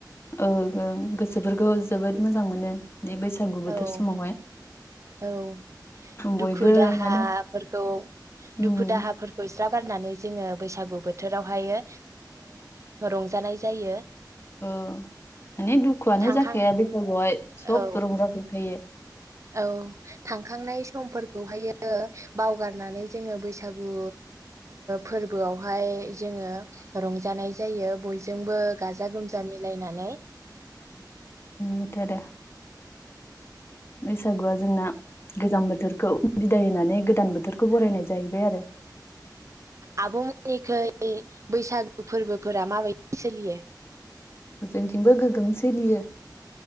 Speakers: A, on the left; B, on the right.
A: ओ ओं गोसोफोरखौ जोबोद मोजां मोनो। बे बैसागु बोथोर
B: औ
A: समावहाय।
B: औ
A: बयबो
B: दुखु दाहाफोरखौ
A: माने उम
B: दुखु दाहाफोरखौ ज्राब। गारनानै जोङो बैसागु बोथोरावहायो रंजानाय जायो।
A: अ माने दुखुआनो
B: थांखां
A: जाखाया बैसागुआवहाय सब
B: औ
A: रंजाजोबखायो।
B: औ थांखांनाय समफोरखौहायो बावगारनानै जोङो बैसागु फोरबोआवहाय जोङो रंजानाय जायो बयबो बयजोंबो गाजा गोमजा मिलायनानै
A: बेथ' आरो बैसागुआ जोंना गोजाम बोथोरखौ बिदाय होनानै गोदान बोथोरखौ बरायनाय जाहैबाय आरो।
B: आब'मोननिखै बैसागु फोरबोफोरा माबायदि सोलियो।
A: जोंथिंबो गोगोम सोलियो।